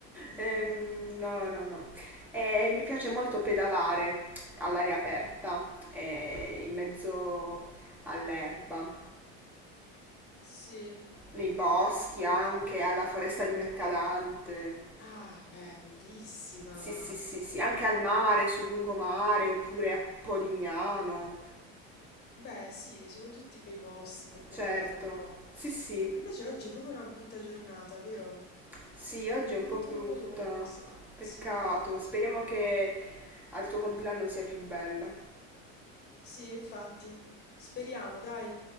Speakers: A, on the left (about 35°); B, in the centre.
A: no,
B: Ehm,
A: no.
B: no, no, no. E mi piace molto pedalare all'aria aperta,
A: Mm,
B: eh, in mezzo all'erba,
A: sì.
B: nei boschi anche, alla foresta di Mercadante.
A: Ah, beh, bellissima.
B: Sì, sì, sì, sì, anche al mare, sul lungomare, oppure a Polignano,
A: Beh, sì, sono tutti bei posti per pedalare
B: certo.
A: un po'.
B: Sì, sì.
A: Invece oggi è proprio una brutta giornata, vero?
B: Sì, oggi
A: È
B: è
A: molto
B: un po' brutta.
A: nuvolosa,
B: Peccato.
A: sì.
B: Speriamo che al tuo compleanno sia più bella.
A: Sì, infatti. Speriamo, dai.